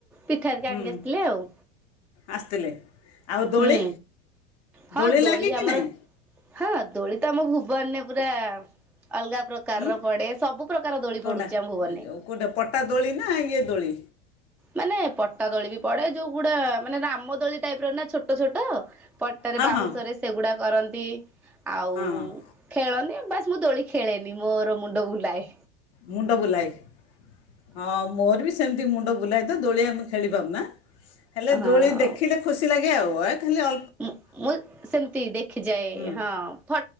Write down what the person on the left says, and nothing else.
ହୁଁ
ଆସିଥିଲେ ଆଉ ଦୋଳି
ଦୋଳି ଲାଗେ କି
ନାଇଁ?
ହୁଁ
କୋଉଟା
କୋଉଟା ପଟା ଦୋଳି ନା ଇଏ ଦୋଳି
ହଁ
ହଁ
ହଁ
ମୁଣ୍ଡ ବୁଲାଇ। ହଁ ମୋର ବି ସେମି ତି ତ ମୁଣ୍ଡ ବୁଲାଏ ତ ଦୋଳି ଆମେ ଖେଳି ପାରୁନା ହେଲେ
ଦୋଳି ଦେଖିଲେ ଖୁସି ଲାଗେ ଆଉ। ଖାଲି ଅ
ହୁଁ